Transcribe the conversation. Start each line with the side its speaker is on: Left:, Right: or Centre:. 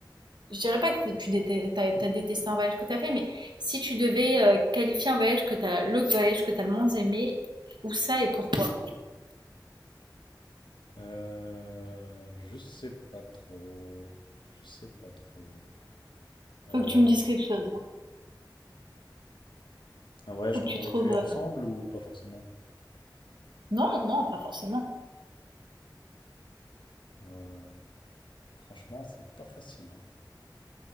Right: je dirais pas que tu détestes, t'as, t'as détesté un voyage que t'as fait, mais si tu devais euh, qualifier un voyage que t'as, le voyage que t'as le moins aimé, où ça et pourquoi?
Left: Euh, je sais pas trop. Je sais pas trop. Euh,
Right: Faut que tu me dises quelque chose.
Left: un voyage
Right: Faut
Left: qu'on
Right: que tu
Left: aurait
Right: trouves.
Left: fait ensemble
Right: euh,
Left: ou pas forcément?
Right: Non, non, pas forcément.
Left: Euh, franchement, c'est pas facile, hein.